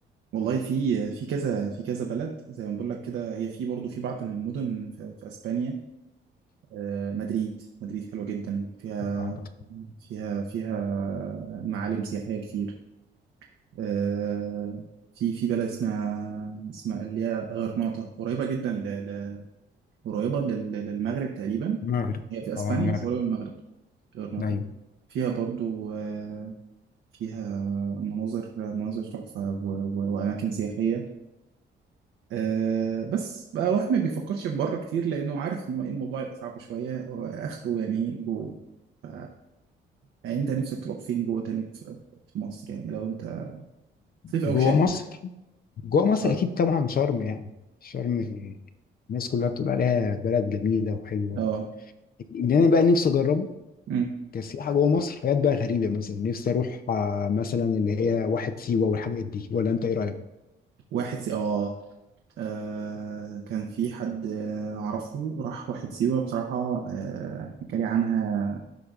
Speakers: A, on the right; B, on the left.
A: والله في في كذا في كذا بلد زي ما بقول لك كده هي في برضه في بعض المدن في, في اسبانيا آه، مدريد مدريد حلوه جدا فيها
B: المغرب
A: فيها فيها معالم سياحيه كتير آه، في في بلد اسمها اسمها اللي هي غرناطة قريبة جدا ل... ل... قريبة لل... للمغرب تقريبا
B: المغرب
A: هي في اسبانيا
B: اه المغرب
A: بس قريبة من المغرب غرناطة
B: ايوه
A: فيها برضو آه، فيها مناظر مناظر تحفة و... و... وأماكن سياحية آه، بس بقى الواحد ما بيفكرش في بره كتير لأنه عارف إن هو إيه الموضوع يبقى صعب شوية وآخره يعني جوه ف... يعني أنت نفسك تروح فين جوه تاني في في مصر يعني لو أنت صيف أو
B: جوه
A: شتاء
B: مصر
A: يعني.
B: جوه مصر
A: اه
B: اكيد طبعا شرم يعني شرم الناس كلها بتقول عليها بلد جميله وحلوه
A: آه.
B: اللي انا بقى نفسي اجربه
A: مم.
B: كسياحة جوه مصر حاجات بقى غريبة مثلا نفسي أروح آه، مثلا اللي هي واحد سيوة والحاجات دي ولا أنت إيه رأيك؟
A: واحد سي... آه. آه كان في حد آه، أعرفه راح واحد سيوة بصراحة آه حكى لي عنها